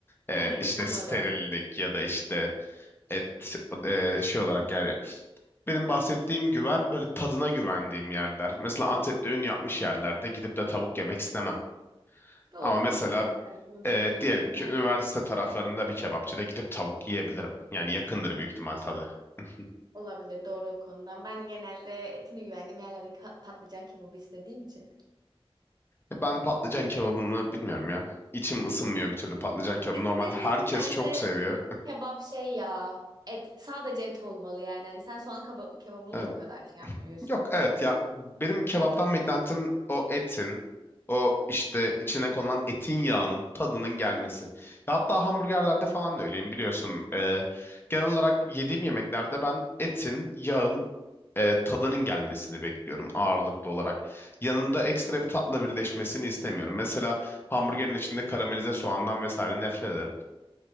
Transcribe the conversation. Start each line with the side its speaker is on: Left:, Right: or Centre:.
Left: E,
Right: Hmm,
Left: işte
Right: anladım.
Left: sterillik ya da işte et e, şey olarak yani benim bahsettiğim güven böyle tadına güvendiğim yerler. Mesela Antep'te ün yapmış yerlerde gidip de tavuk yemek istemem.
Right: Doğru
Left: Ama
Right: mantıklı.
Left: mesela
Right: belki. Buna bir
Left: e,
Right: şey diyemiyorum.
Left: diyelim ki
Right: Yani
Left: üniversite taraflarında bir kebapçıda gidip tavuk yiyebilirim. Yani yakındır büyük ihtimal tadı. <laughs>
Right: olabilir doğru o konuda. Ben genelde etine güvendiğim yerlerde ka- patlıcan kebabı istediğim için.
Left: Ben patlıcan kebabını bilmiyorum ya. İçim ısınmıyor bir türlü patlıcan kebabı.
Right: Se-
Left: Normalde
Right: Senin
Left: herkes
Right: için bence
Left: çok seviyor.
Right: kebap şey ya. Et. Sadece et olmalı yani. Hani sen soğan keba- kebabını
Left: Evet.
Right: da o kadar şey yapmıyorsun.
Left: Yok evet ya benim kebaptan beklentim o etin o işte içine konulan etin yağının tadının gelmesi. Ya hatta hamburgerlerde falan da öyleyim biliyorsun. Ee, genel olarak yediğim yemeklerde ben etin, yağın e, tadının gelmesini bekliyorum ağırlıklı olarak. Yanında ekstra bir tatla birleşmesini istemiyorum. Mesela hamburgerin içinde karamelize soğandan vesaire nefret ederim.